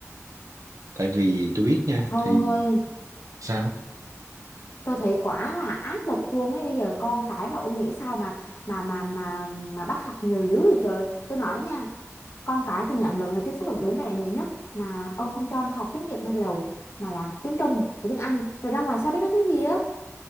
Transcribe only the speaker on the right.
tại vì tôi biết nha
thì
sao